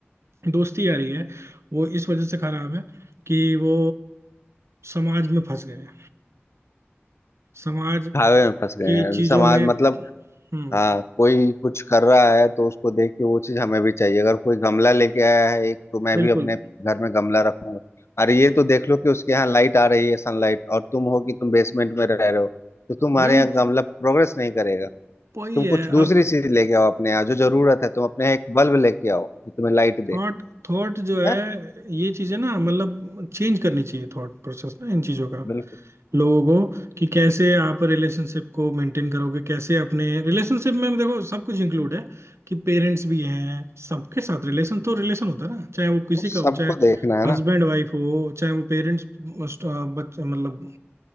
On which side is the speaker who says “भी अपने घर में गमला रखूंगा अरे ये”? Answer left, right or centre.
Left